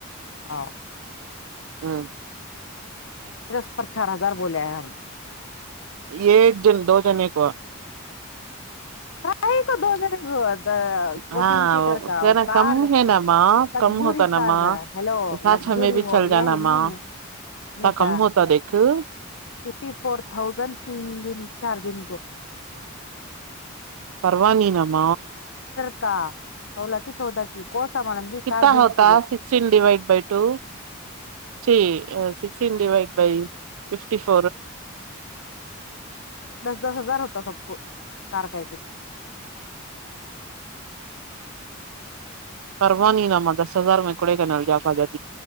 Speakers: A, on the left; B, on the right.
A: ہاں <inaudible>
B: ہوں
A: پلس پر چار ہزار بول ہے ہم
B: یہ ایک جن دو جنے ایک ہوا
A: پرائے کو دو جنے گ فورٹین
B: ہاں
A: سیٹر کا
B: کہ
A: وہ
B: نا
A: کار
B: کم ہے نا ماں
A: لگزی
B: کم ہوتا نا
A: کار
B: ماں
A: ہیلو
B: ساتھ
A: لگزی
B: ہمیں بھی
A: وہ
B: چل
A: یہ
B: جانا
A: ہے
B: ماں
A: نہیں
B: اتنا کم
A: کہا
B: ہوتا دیکھ ہ
A: ف فور تھازینڈ تین دن چار دن کو
B: ہو <inaudible> و نینام
A: ل کی چودا کی کو سامان کی
B: کتا
A: کار بھیج
B: ہوتا
A: تجھے
B: سکسٹی ڈوائڈ بائی ٹو جی سڈ ب فٹی ف
A: دس دس ہزار ہوتا سب کو کار کا ایکچ
B: پ نہیں نہ دس ہزار میںکڑے کہ ن ج آفا جات